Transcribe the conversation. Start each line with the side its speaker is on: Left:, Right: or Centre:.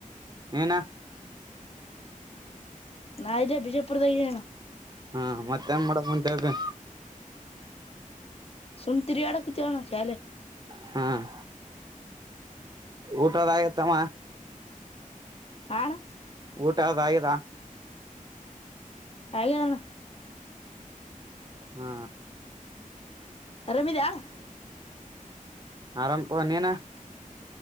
Right: ನೀನಾ
Left: ನಜ ಬಿಜೆಪುರದ ಹಣ <unintelligible>
Right: ಹಾ ಮತ್ತೆನ್ ಮಾಡಕ್ ಕುಂತಿ ಅಪ್ಪಿ
Left: ಸುಮ್ ತಿರ್ಗಾಡ್ ಕುಂತಿನಿ ಅಣ್ಣ ಶಾಲೆ
Right: ಹ್ಮ್ ಊಟ ಅದ್ ಆಗ್ಯಾತಿ ಅಣ್ಣ
Left: ಆ ಅಣ್ಣ
Right: ಊಟ ಆದ ಆಗಿದ
Left: ಹಾಗಿದ್ ಅಣ್ಣ
Right: ಹ್ಮ್
Left: ಅರಾಮ್ ಇದ್ದೀಯ ಅಣ್ಣ
Right: ಆರಂ ಅರಾಮ್ ನೀನ